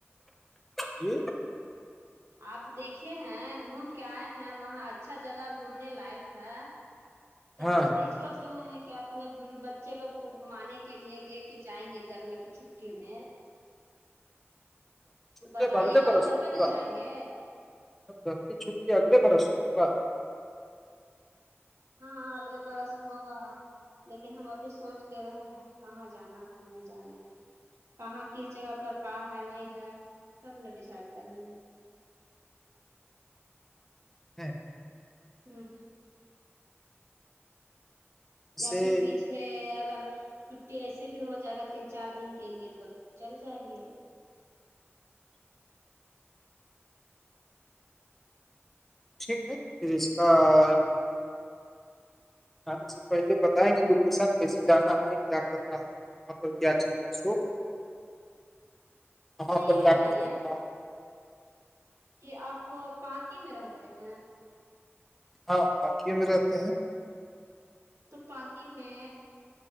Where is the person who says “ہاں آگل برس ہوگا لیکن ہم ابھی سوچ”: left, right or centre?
Right